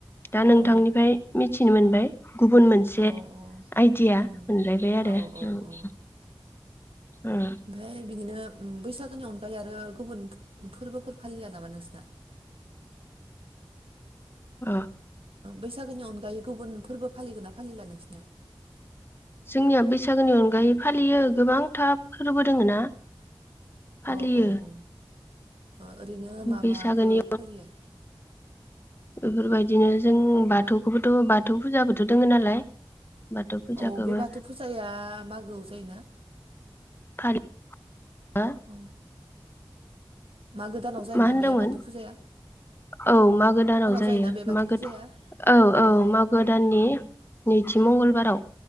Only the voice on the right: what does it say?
औ
औ औ
उम
औ औ औ
ओमफ्राय बिदिनो बैसागोनि अनगायै आरो गुबुन फोरबोफोर फालिया नामा नोंसिना?
बैसागोनि अनगायै गुबुन फोरबो फालिगोन ना फालिला नोंसिना?
औ औ ओ ओरैनो मा
माखो फालियो।
औ बे बाथौ फुजाया मागोआव जायोना?
अ मागो दानाव जायोना
बे बाथौ फुजाया?
जायोना बे बाथौ
फुजाया?
अ